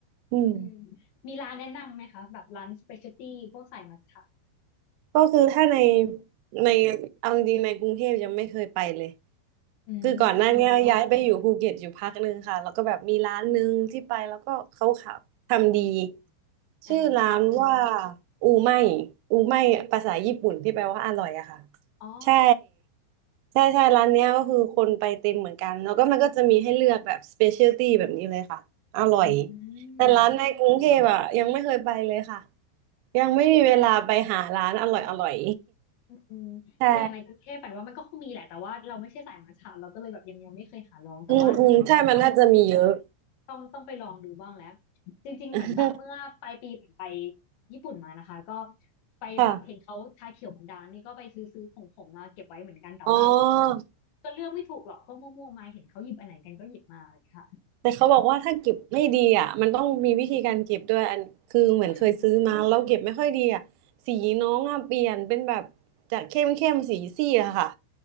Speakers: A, on the right; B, on the left.
A: อืม
B: อืมมีร้านแนะนำไหมคะแบบร้านสเปเชียลตี้พวกสายมัทฉะ
A: ก็คือถ้าในในเอาจริงๆในกรุงเทพยังไม่เคยไปเลย
B: อื
A: คือก่อนหน้าเนี้ยย้ายไปอยู่ภูเก็ตอยู่พักหนึ่งค่ะแล้วก็แบบมีร้านหนึ่งที่ไปแล้วก็เขาขับทำดี
B: มอ่า
A: ชื่อร้านว่าอูไม่อูไม่ภาษาญี่ปุ่นที่แปลว่าอร่อยอะค่ะ
B: อ๋อ
A: ใช่ใช่ใช่ร้านเนี้ยก็คือคนไปเต็มเหมือนกันแล้วก็มันก็จะมีให้เลือกแบบสเปเชียลตี้แบบนี้เลยค่ะอร่อย
B: อื
A: แต่ร้านในกรุงเทพอะยังไม่เคยไปเลยค่ะ
B: ม
A: ยังไม่มีเวลาไปหาร้านอร่อยอร่อย
B: อืมอย่างในกรุงเทพแปลว่ามันก็คงมีแหละ
A: <laughs> ใช่
B: แต่ว่าเราไม่ใช่สายมัทฉะเราก็เลยแบบยังยังไม่เคยหาลอง แต่ว่าเดี๋ยวต้อง
A: อืมอืมใช่มันน่าจะมีเยอะ
B: ต้องต้องไปลองดูบ้างแล้ว จริงๆ
A: <laughs>
B: เหมือนแบบเมื่อปลายปีผมไปญี่ปุ่นมานะคะ ก็ไปแบบเห็นเขาชาเขียวมันดังนี่ก็ไปซื้อซื้อผงผงมาเก็บไว้เหมือนกันแต่ว่า
A: ค่ะอ๋อ
B: ก็เลือกไม่ถูกหรอกก็มั่วๆมาเห็นเขาหยิบอันไหนกันก็หยิบมาอะไรอย่างเงี้ยค่ะ
A: แต่เขาบอกว่าถ้าเก็บไม่ดีอ่ะมันต้องมีวิธีการเก็บด้วยอันคือเหมือนเคยซื้อมาแล้วเก็บไม่ค่อยดีอ่ะสีน้องอ่ะเปลี่ยนเป็นแบบจากเข้มเข้มสีซีดอะค่ะ
B: อืม